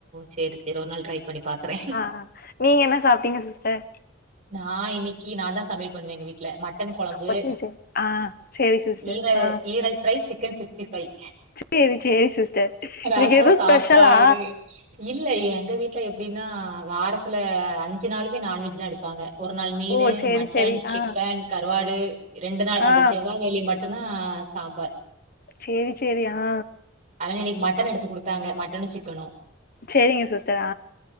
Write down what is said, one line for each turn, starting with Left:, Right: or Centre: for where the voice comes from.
Right: சேரி சேரி ஒரு நாள் ட்ரை பண்ணி பாக்குறே
Left: ஆஹ் நீங்க என்ன சாப்பிட்டீங்க சிஸ்டர்
Right: நான் இன்னைக்கு நான் தான் சமையல் பண்ணுவேன்ங்க வீட்டுல ம ட்டன்குழம்பு
Left: ஒத்திருச்சு ஆ சேரி சிஸ்டர்.
Right: இங்க
Left: ஆ
Right: ஈரல் தை சிக்க சிக்கன் சிக்ஸ்டி ஃபைவ்
Left: சேரி சேரி சிஸ்டர்.
Right: ரசம்
Left: இன்னைக்கு எதுவு
Right: சாப்பாடு
Left: ஸ்பெஷலா?
Right: இல்ல எங்க வீட்டுல எப்படின்னா வாரத்துல அஞ்சு நாளுுமே நான்வெஜ் தான் எடுப்ப பாங்க ஒரு நாள் மீன்
Left: ஓ சேரி
Right: மட்டன்
Left: சேரி.
Right: சிக்கன்
Left: ஆ
Right: கறுவாடு இரண்டு நாள் அந்த
Left: ஆ
Right: செவ்வா வெள்ளி மட்டும் னா சாம்பார்
Left: சரி சரி அஹ
Right: அதன இன்னைக்கு மட்டன் எடுத்து கொடுத்தாங்க மட்டனும் சிக்கனும்
Left: சரிங்க சிஸ்டர்